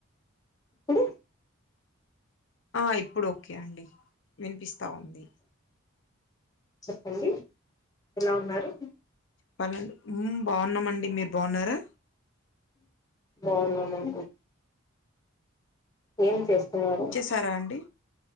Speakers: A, on the left (about 15°); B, on the left (about 60°).
A: ప్పుడు
B: ఆ ఇప్పుడు ఓకే అండి వినిపిస్తా ఉంది
A: చెప్పండి ఎలా ఉన్నారు
B: పన్నెండు మ్మ్ బాగున్నామండి మీరు బాగున్నారా
A: బాగున్నామండి ఏం చేస్తున్నారు
B: సరే అండి